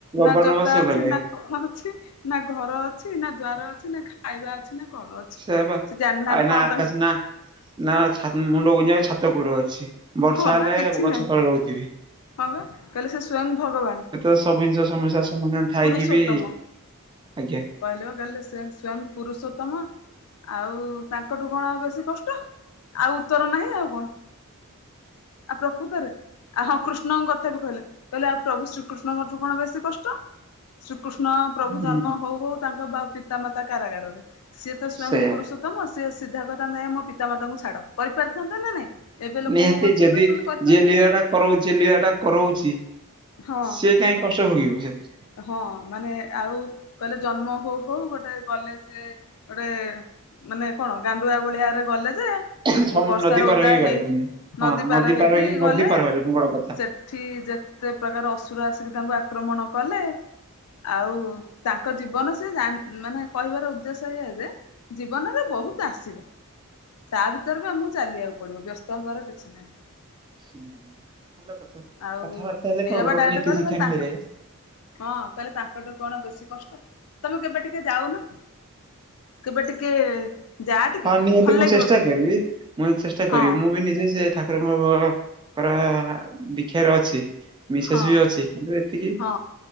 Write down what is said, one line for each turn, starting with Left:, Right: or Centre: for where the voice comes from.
Left: ନା
Right: ବନବାସ
Left: ଜୋତା ଅଛି
Right: ଗଲେ
Left: ନା କଣ ଅଛି? ନା ଘର ଅଛି, ନା ଦ୍ୱାର ଅଛି, ନା ଖାଇବା ଅଛି, ନା କଣ ଅଛି
Right: ସେୟା ପା
Left: ସେ ଜାଣିିନାହାନ୍ତି
Right: ଆ ନା
Left: କଣ
Right: ଆକାଶ
Left: ତାଙ୍କ
Right: ନା ନା ଛା ମୁଣ୍ଡ ଗୁଜିବା ଛାତ କୋଟି ଅଛି ବର୍ଷା
Left: ହଁ
Right: ହେଲେ
Left: ବା କିଛି
Right: ଗଛ
Left: ନାହିଁ
Right: ତଳେ ରହୁଥିବେ।
Left: ହଁ ବା କହିଲେ ସେ ସ୍ଵୟଂ ଭଗବାନ୍।
Right: ଏତ ସବୁ ଜିନିଷ ସମସ୍ୟା ସମାଧାନ ଥାଇକି
Left: ପୁରୁଷୋତ୍ତମ।
Right: ବି, ଆଜ୍ଞା।
Left: କହିଲେ ପା କହିଲେ ସେଂ ସ୍ଵୟଂ ପୁରୁଷୋତ୍ତମ। ଆଉ-ଉ ତାଙ୍କଠୁ କଣ ଆଉ ବେଶୀ କଷ୍ଟ ଆଉ ଉତ୍ତର ନାହିଁ ଆଉ କଣ? ଆ ପ୍ରକୁତରେ ଆ ହଁ କୃଷ୍ଣଙ୍କ କଥା ବି କହିଲେ କହିଲେ ଆଉ ପ୍ରଭୁ ଶ୍ରୀକୃଷ୍ଣଙ୍କଠୁ କଣ ବେଶୀ କଷ୍ଟ? ଶ୍ରୀକୃଷ୍ଣ ପ୍ରଭୁ
Right: ହୁଁ
Left: ଜନ୍ମ ହୋଉ ହୋଉ ତାଙ୍କ ବା-ପିତାମାତା କାରାଗାରରେ ସିଏ ତ ସ୍ଵୟଂ
Right: ସେଇୟା
Left: ପୁରୁଷ ତମ ସିଏ ସିଧା କହିଥାନ୍ତେ ନାଇ ମୋ ପିତା ମାତାଙ୍କୁ ଛାଡ କରି ପାରିଥାନ୍ତା ନା ନାଇଁ ଏବେ ଲୋକଙ୍କୁ
Right: ନିହାତି
Left: ବଞ୍ଚେଇ
Right: ଯଦି
Left: ଦଉଛନ୍ତି କରିପାରିନଥାନ୍ତେ
Right: ଯିଏ ଲିଆଟା କରୋଉଚି ଲିଆଟା କରୋଉଚି
Left: ହଁ
Right: ସିଏ କାଇଁ କଷ୍ଟ ଭୋଗିବ ସେଥିରେ।
Left: ହଁ ମାନେ ଆଉ କଇଲେ ଜନ୍ମ ହୋଉ ହୋଉ ଗୋଟେ ଗଲେ ସେ ଗୋଟେ-ଏ ମାନେ କଣ ଗାଣ୍ଡୁଆ ଭଳିଆରେ ଗଲେ ଯେ
Right: ସେଥିରେ
Left: ଓ ବର୍ଷାରେ
Right: ନଦୀ ପାର
Left: ଓଦା
Right: ହେଇକି ଗଲେ
Left: ହେଇ
Right: ପୁଣି ହଁ
Left: ନଦୀ ପାର ହେଇକି ଗଲେ,
Right: ନଦୀ ପାର ହେଲେ ପୁଣି ବଡ କଥା।
Left: ସେ ସେଠି ଯେତେ ପ୍ରକାର ଅସୁର ଆସିକି ତାଙ୍କୁ ଆକ୍ରମଣ କଲେ। ଆଉ ତାଙ୍କ ଜୀବନ ସେ ଜାଣ୍ ମାନେ କହିବାର ଉଦ୍ଦେଶ୍ୟ ଏୟା ଯେ ଜୀବନରେ ବହୁତ ଆସିବ। ତା ଭିତରେ ବି ଆମକୁ ଚାଲିଆକୁ ପଡିବ ବ୍ୟସ୍ତ ହବାର କିଛି ନାହିଁ।
Right: ହୁଁ ଭଲ କଥା।
Left: ଆଉ
Right: କଥାବାର୍ତ୍ତା ହେଲେ କଣ
Left: ଏଇଆ
Right: ଗୋଟେ
Left: ବା
Right: ଗୋଟେ
Left: ଡାଇରେକ୍ଟ
Right: ନୀତି
Left: କଇଲେ
Right: ଶିକ୍ଷା
Left: କଇଲେ ତାଙ୍କୁ
Right: ମିଳିଯାଏ
Left: ହଁ କହିଲେ ତାଙ୍କର ବା କଣ ବେଶୀ କଷ୍ଟ ତମେ କେବେ ଟିକେ ଯାଉନ। କେବେ ଟିକେ ଯା ଟିକେ
Right: ହଁ ନିହାତି
Left: ଭଲ
Right: ମୁଁ
Left: ଲାଗିବ
Right: ଚେଷ୍ଟା
Left: ଦେଖିବ
Right: କରିବି ମୁଁ ଚେଷ୍ଟା
Left: ହଁ
Right: କରିବି ମୁଁ ବି ନିଜେ ସେ ଠା <unintelligible> ଦୀକ୍ଷା ରେ ଅଛି। ମିସେସ୍
Left: ହଁ
Right: ବି ଅଛି କିନ୍ତୁ ଏତିକି
Left: ହଁ